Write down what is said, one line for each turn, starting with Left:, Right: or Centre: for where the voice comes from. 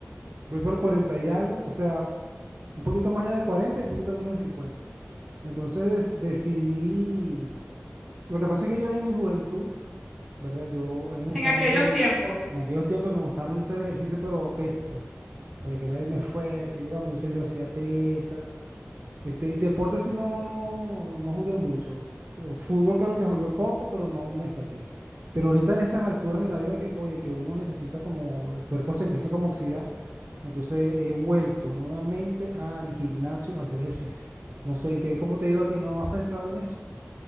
Right: voy por 40 y algo, o sea, un poquito más allá de 40 y un poquito menos de 50. Entonces des- decidí, lo que pasa es que yo en mi juventud, ¿verdad? Yo, a mí me gustaba
Centre: En aquellos
Right: mucho,
Centre: tiempos.
Right: en aquellos tiempos me gustaba mucho hacer ejercicio, pero pesas, pues, porque quería verme fuerte y broma, entonces yo hacía pesas. Este, y deporte sí no, no, no jugué mucho. Eh, Fútbol creo que jugué poco, pero no me destaqué. Pero ahorita en estas alturas de la vida que, oye, que uno necesita como, el cuerpo se empieza como a oxidar. Entonces he vuelto nuevamente al gimnasio a hacer ejercicio. No sé, ¿y qué, cómo te ha ido a ti? ¿No has pensado en eso?